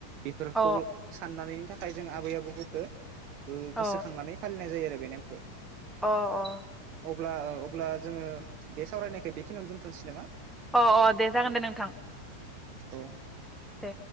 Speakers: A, on the right; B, in the centre.
A: बेफोरखौ
B: अ
A: साननानै थाखाय थाखाय जों आबै आबौ मोनखो
B: अ
A: गोसोखांनानै फालिनाय जायो आरो बेनिफ्राय
B: अ अ
A: अब्ला जोङो बे सावरायनायखौ बेखिनियावनो दोनथनोसै नामा?
B: अ अ दे जागोन दे नोंथां
A: औ
B: दे